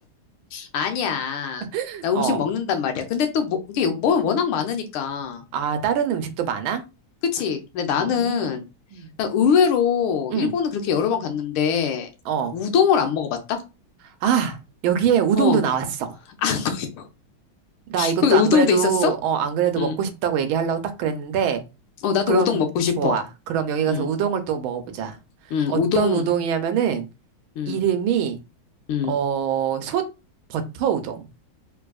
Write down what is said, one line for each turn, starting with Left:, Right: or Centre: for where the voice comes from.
Left: 아니야.
Right: <laughs>
Left: 나 음식
Right: 어,
Left: 먹는단 말이야. 근데 또 뭐, 이게 뭐 워낙 많으니까.
Right: 아, 다른 음식도 많아?
Left: 그치. 근데 나는
Right: 음, 음,
Left: 나 의외로
Right: 응,
Left: 일본은 그렇게 여러 번 갔는데
Right: 어.
Left: 우동을 안 먹어봤다?
Right: 아, 여기에 우동도
Left: 어. 아,
Right: 나왔어.
Left: <laughs> 거기,
Right: 나 이것도
Left: 거기 우동도
Right: 안 그래도,
Left: 있었어?
Right: 어, 안 그래도
Left: 응.
Right: 먹고 싶다고 얘기하려고 딱 그랬는데,
Left: 어, 나도
Right: 그럼
Left: 우동 먹고 싶어.
Right: 좋아. 그럼 여기 가서
Left: 응.
Right: 우동을 또 먹어보자.
Left: 응.
Right: 어떤
Left: 우동.
Right: 우동이냐면은,
Left: 응.
Right: 이름이,
Left: 응.
Right: 어, 솥 버터 우동.